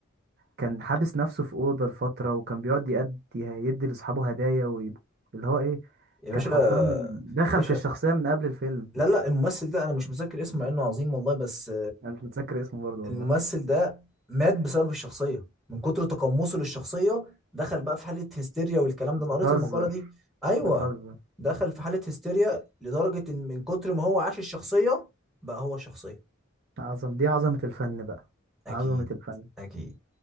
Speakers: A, on the right; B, in the centre.
A: كان حابس نفسه في أوضة لفترة وكان بيقعد يأدي يدي لأصحابه هدايا وي- اللي هو إيه
B: يا باشا
A: كان حرفيا دخل
B: يا باشا
A: في الشخصية من قبل الفيلم
B: لا لا الممثل ده انا مش متذكر اسمه مع انه عظيم والله بس
A: أنا مش متذكر اسمه برضه والله
B: الممثل ده مات بسبب الشخصية من كتر تقمصه للشخصية دخل بقى في حالة هستيريا والكلام
A: بتهزر
B: ده انا قريت المقالة دي ايوه
A: بتهزر
B: دخل في حالة هستيريا لدرجة ان من كتر ما هو عاش الشخصية بقى هو الشخصية
A: عظم دي عظمة الفن بقى
B: اكيد
A: عظمة الفن
B: اكيد